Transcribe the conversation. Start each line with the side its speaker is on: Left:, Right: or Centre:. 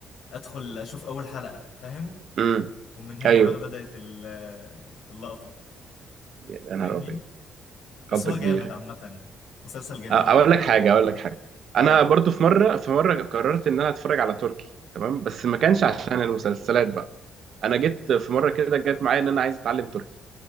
Left: ادخل اشوف اول حلقه فاهم
Right: امم
Left: ومن هنا
Right: ايوه
Left: بقى بدات ال- آه، اللقطه
Right: يا نهار
Left: فاهمني
Right: ابيض
Left: بس
Right: غلطة
Left: هو
Right: كبيرة
Left: جامد عامة مسلسل جميل
Right: اقول لك حاجه اقول لك حاجه
Left: اه
Right: انا برضو في مره في مره قررت ان انا اتفرج على تركي تمام بس ما كانش عشان المسلسلات بقى انا جيت في مره كده جت معايا ان انا عايز اتعلم تركي